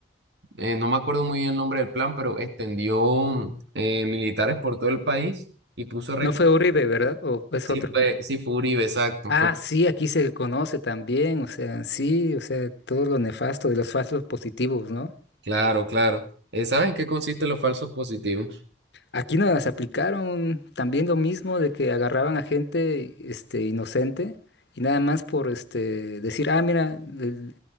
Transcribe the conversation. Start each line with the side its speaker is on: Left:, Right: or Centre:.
Right: eh, no me acuerdo muy bien el nombre del plan, pero extendió eh, militares por todo el país y puso
Left: no fue Uribe, ¿verdad? ¿O es
Right: Sí
Left: otro?
Right: fue, sí fue Uribe, exacto.
Left: Ah,
Right: fue-
Left: sí, aquí se conoce también, o sea, sí, o sea, todo lo nefasto de los falsos positivos, ¿no?
Right: claro, claro. Eh, ¿saben en qué consisten los falsos positivos?
Left: Aquí nos las aplicaron también lo mismo de que agarraban a gente este, inocente y nada más por este, decir, ah, mira, el-